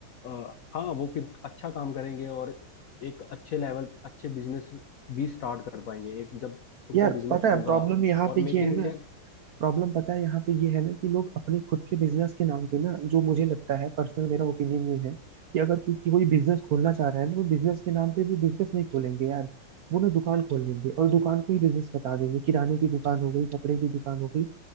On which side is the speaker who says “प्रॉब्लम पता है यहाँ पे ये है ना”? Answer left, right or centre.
Right